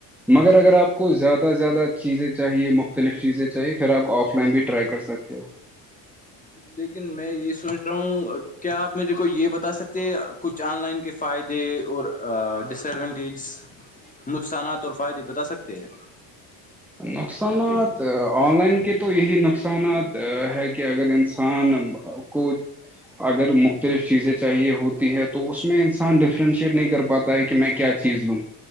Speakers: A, in the centre; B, on the left.
A: مگر اگر آپ کو زیادہ سے زیادہ چیزیں چاہیے مختلف چیزیں چاہیے پھر آپ آف لائن بھی ٹرائی کر سکتے ہو
B: لیکن میں یہ سوچ رہا ہوں کیا آپ مجے کو یہ بتا سکتے ہیں کچھ آن لائن کے فائدے اور ڈس ایڈوونٹیجز نقصانات اور فائدے بتا سکتے ہیں
A: نقصانات
B: کے بھی
A: آن لائن کے تو یہی نقصانات ہے کہ اگر انسان کو اگر مختلف چیزیں چاہیے ہوتی ہے تو اس میں انسان ڈفرینشیٹ نہیں کر پاتا ہے کہ میں کیا چیز لوں